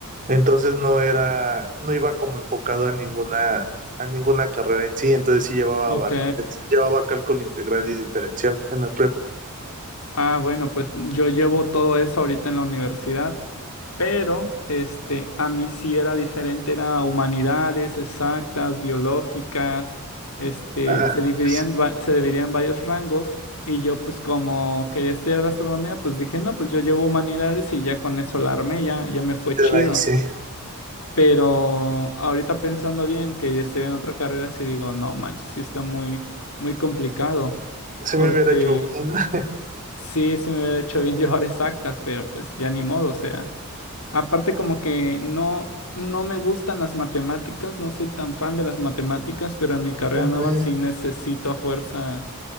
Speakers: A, on the right; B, on the left.
A: Entonces no era, no iba como enfocado a ninguna, a ninguna carrera en sí, entonces sí llevaba
B: Ok.
A: bastante, llevaba cálculo integral y diferencial en la prepa.
B: Ah, bueno, pues yo llevo todo eso ahorita en la universidad. Pero este, a mí sí era diferente, era humanidades, exactas, biológicas, este,
A: Ah,
B: se
A: no,
B: dividían,
A: pues.
B: va- se dividían varios rangos y yo pues como quería estudiar gastronomía, pues dije, no, pues yo llevo humanidades y ya con eso la armé, ya, ya me fue
A: Ya
B: chido.
A: la hice.
B: Pero ahorita pensando bien que yo estoy en otra carrera, sí digo, no manches, sí está muy, muy complicado,
A: Se me
B: porque
A: hubiera hecho bullena,
B: sí, sí me hubiera hecho bien <laughs> llevar exactas, pero pues ya ni modo, o sea. Aparte, como que no, no me gustan las matemáticas, no soy tan fan de las matemáticas, pero en mi carrera
A: no creo.
B: nueva sí necesito a fuerzas,